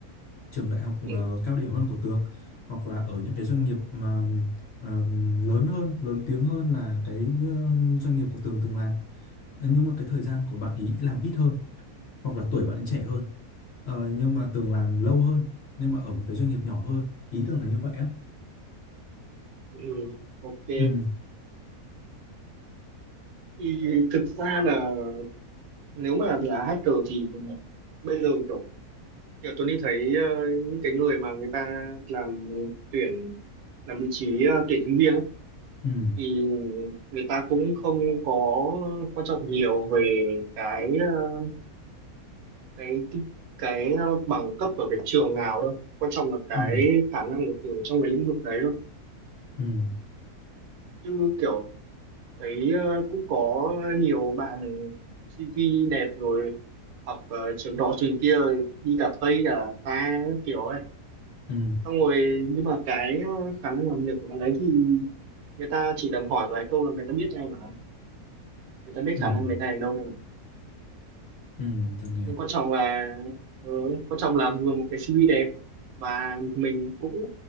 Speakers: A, on the left; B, on the right.
A: trường đại học
B: ừ.
A: ờ, cao điểm hơn của Tường hoặc là ở những cái doanh nghiệp mà ờ, lớn hơn, lớn tiếng hơn là cái ờ, doanh nghiệp của Tường từng làm. Nhưng mà cái thời gian của bạn ý làm ít hơn hoặc là tuổi bạn ấy trẻ hơn. Ờ, nhưng mà Tường làm lâu hơn nhưng mà ở một cái doanh nghiệp nhỏ hơn. Ý Tường là như vậy á.
B: Ừ. Ok
A: Ừ,
B: thì thực ra là nếu mà là hacker thì bây giờ kiểu kiểu tôi đi thấy ờ, những cái người mà người ta làm tuyển làm vị trí ờ, tuyển nhân viên ấy,
A: ừ,
B: thì người ta cũng không có quan trọng nhiều về cái ờ, cái cái ờ, bằng cấp ở cái trường nào đâu quan trọng là cái
A: ừ,
B: khả năng của Tường trong cái lĩnh vực đấy thôi
A: ừ,
B: chứ kiểu thấy ờ, cũng có nhiều bạn CV đẹp rồi học ờ, trường đó trường kia rồi đi cả Tây cả ta các kiểu ấy
A: ừ,
B: xong rồi nhưng mà cái ờ, khả năng làm việc của bạn ấy thì người ta chỉ cần hỏi vài câu là người ta biết ngay mà người ta biết
A: ừ,
B: khả
A: ừ,
B: năng người ta ở đâu ngay mà
A: ừ Tường hiểu.
B: nhưng quan trọng là ừ, quan trọng là vừa một cái CV đẹp và mình cũng